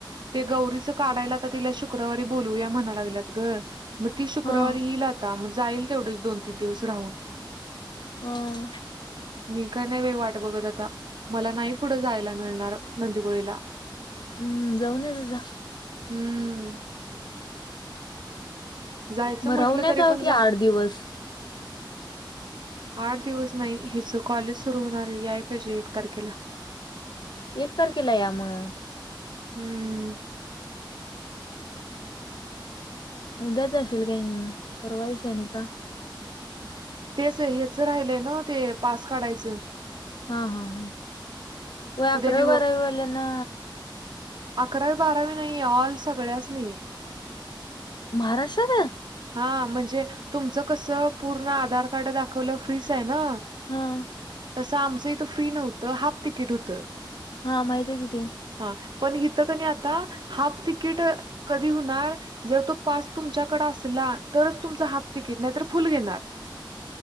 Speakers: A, on the right (about 60°); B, on the left (about 60°).
A: ते गौरीच काढायला आता तिला शुक्रवारी बोलूया म्हणा लाग ग मग ती शुक्रवारी
B: हा
A: येईल आता मग जाईल तेवढेच दोन तीन दिवस राहून
B: हम
A: मी का नाही वे वाट बघत आता मला नाही पुढं जायला मिळणार नंदीपुळीला
B: हम्म जाऊन यचझ
A: हम्म जायचं
B: मरवण्याचा
A: म्हटलं तरी
B: जाऊ
A: पण
B: की
A: जा
B: आठ दिवस
A: आठ दिवस नाही हिच कॉलेज सुरू होणारी याय पाहिजे एक तारखेला
B: एक तारखेला या मग
A: हम्म
B: उद्याच असेल काय नि परवाय शाणी का
A: तेच हेच राहिलय ना ते पास काढायचं
B: हा हा हा व आकरावी
A: उद्या दिव
B: वारवी वला ना
A: अकरावी बारावी नाही ऑल सगळ्यास नाही
B: महाराष्ट्रचा
A: हा म्हणजे तुमचं कसं पूर्ण आधार कार्ड दाखवलं फ्रीच आहे ना
B: हम
A: तसं आमचं इथं फ्री नव्हतं हाफ तिकीट होतं
B: हा माहित आहे कि ते
A: हा पण इथं का नाही आता हाफ तिकीट कधी होणार जर तो पास तुमच्याकडे असेल जूनला ला तरच तुमच हाफ तिकट नाही तर फुल घेणार